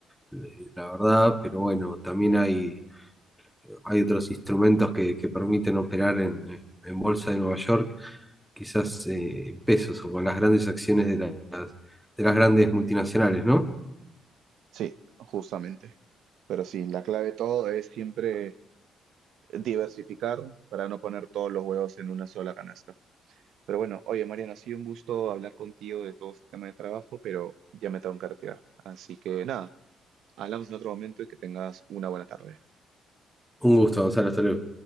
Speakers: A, in the centre; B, on the right.
A: eh, la verdad, pero bueno, también hay, hay otros instrumentos que, que permiten operar en, en Bolsa de Nueva York quizás eh, en pesos o con las grandes acciones de las, de las grandes multinacionales, ¿no?
B: Sí, justamente. Pero sí, la clave de todo es siempre diversificar para no poner todos los huevos en una sola canasta. Pero bueno, oye Mariano, ha sido un gusto hablar contigo de todo este tema de trabajo, pero ya me tengo que retirar. Así que nada, hablamos en otro momento y que tengas una buena tarde.
A: Un gusto, Gonzalo, hasta luego.